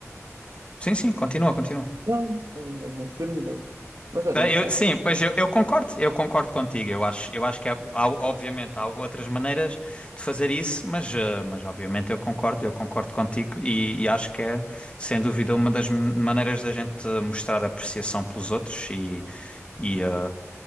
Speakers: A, on the left (about 25°); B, on the right (about 85°).
A: sim, sim, continua, continua.
B: Não, é, é, terminei. Mas olha,
A: É,
B: está
A: eu-
B: a
A: sim, pois eu, eu concordo, eu concordo contigo. Eu acho, eu acho que há, há- obviamente há outras maneiras de fazer isso, mas, eh, mas obviamente eu concordo, eu concordo contigo e, e acho que é, sem dúvida, uma das m- maneiras da gente mostrar apreciação pelos outros e, e, eh,